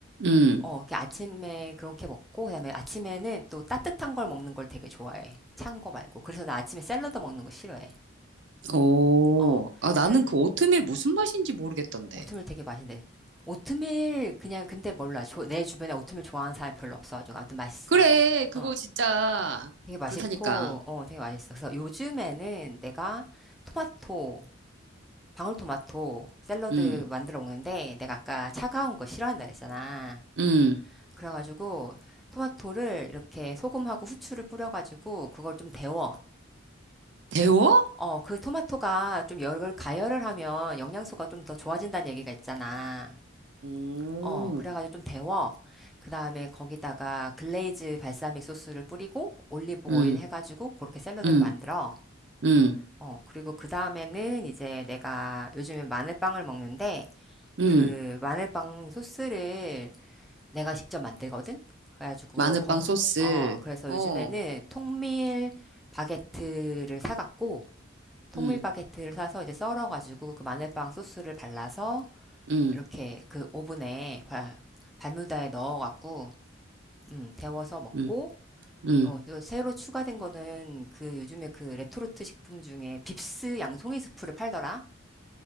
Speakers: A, on the right; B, in the centre.
A: 음.
B: 어, 그 아침에 그렇게 먹고, 그다음에 아침에는 또 따뜻한 걸 먹는 걸 되게 좋아해. 찬 거 말고. 그래서 나 아침에 샐러드 먹는 거 싫어해.
A: 오.
B: 어,
A: 아, 나는
B: 그래.
A: 그 오트밀 무슨 맛인지 모르겠던데.
B: 오트밀 되게 맛있는데. 오트밀, 그냥, 근데 몰라. 조- 내 주변에 오트밀 좋아하는 사람 별로 없어가지고. 아무튼 맛있어.
A: 그래. 그거
B: 어,
A: 진짜.
B: 되게 맛있고,
A: 그렇다니까.
B: 어, 되게 맛있어. 그래서 요즘에는 내가 토마토, 방울토마토 샐러드
A: 음.
B: 만들어 먹는데, 내가 아까 차가운 거 싫어한다 그랬잖아.
A: 음.
B: 그래가지고 토마토를 이렇게 소금하고 후추를 뿌려가지고 그걸 좀 데워.
A: 데워?
B: 어, 그 토마토가 좀 열을 가열을 하면 영양소가 좀 더 좋아진다는 얘기가 있잖아.
A: 오.
B: 어, 그래가지고 좀 데워. 그 다음에 거기다가 글레이즈 발사믹 소스를 뿌리고 올리브
A: 음.
B: 오일 해가지고 그렇게 샐러드를
A: 음.
B: 만들어.
A: 음.
B: 어, 그리고 그 다음에는 이제 내가 요즘에 마늘빵을 먹는데
A: 음.
B: 그 마늘빵 소스를 내가 직접 만들거든? 그래가지고,
A: 마늘빵
B: 거,
A: 소스.
B: 어, 그래서
A: 어.
B: 요즘에는 통밀 바게트를 사갖고, 통밀
A: 음.
B: 바게트를 사서 이제 썰어가지고 그 마늘빵 소스를 발라서
A: 음.
B: 이렇게 그 오븐에 발, 발뮤다에 넣어갖고, 음, 데워서 먹고,
A: 음. 음.
B: 어, 또 새로 추가된 거는 그 요즘에 그 레토르트 식품 중에 빕스 양송이 스프를 팔더라?